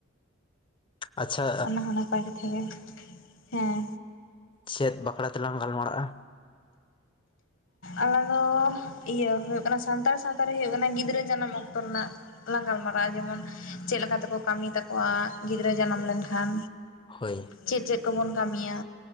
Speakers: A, on the left; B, on the left.
A: ᱟᱪᱪᱷᱟ
B: ᱚᱱᱟ ᱦᱚᱸ ᱱᱟᱯᱟᱭ ᱠᱟᱛᱷᱟ ᱜᱮ, ᱦᱮᱸ᱾
A: ᱪᱮᱫ ᱵᱟᱠᱷᱟᱨᱟ ᱛᱮᱞᱟᱝ ᱜᱟᱞᱢᱟᱨᱟᱜ-ᱟ?
B: ᱟᱞᱟᱝ ᱫᱚ ᱤᱭᱟᱹ ᱦᱩᱭᱩᱜ ᱠᱟᱱᱟ ᱥᱟᱱᱛᱟᱲ ᱥᱟᱶᱛᱟ ᱨᱮ ᱦᱩᱭᱩᱜ ᱠᱟᱱᱟ ᱜᱤᱫᱽᱨᱟᱹ ᱡᱟᱱᱟᱢ ᱚᱠᱛᱚ ᱨᱮᱱᱟᱜ ᱞᱟᱝ ᱜᱟᱞᱢᱟᱨᱟᱜ-ᱟ, ᱡᱮᱢᱚᱱ ᱪᱮᱫ ᱞᱮᱠᱟ ᱛᱮᱠᱚ ᱠᱟᱹᱢᱤ ᱛᱟᱠᱚᱣᱟ ᱜᱤᱫᱽᱨᱟᱹ ᱡᱟᱱᱟᱢ ᱞᱮᱱᱠᱷᱟᱱ
A: ᱦᱳᱭ
B: ᱪᱮᱫ ᱪᱮᱫ ᱠᱚᱵᱚᱱ ᱠᱟᱹᱢᱤᱭᱟ᱾